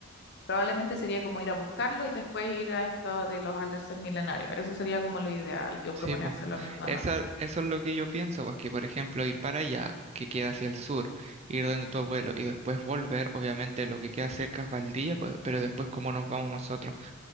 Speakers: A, on the left; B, on the right.
A: probablemente sería como ir a buscarlo y después ir a esto de los alerces milenarios. Eso sería como lo ideal, yo
B: Sí,
A: proponérselo
B: pues.
A: a mi mamá.
B: Esa, eso es lo que yo pienso, pues que por ejemplo ir para allá, que queda hacia el sur, ir donde tu abuelo y después volver, obviamente lo que queda cerca es Valdivia, pues, pero después cómo nos vamos nosotros,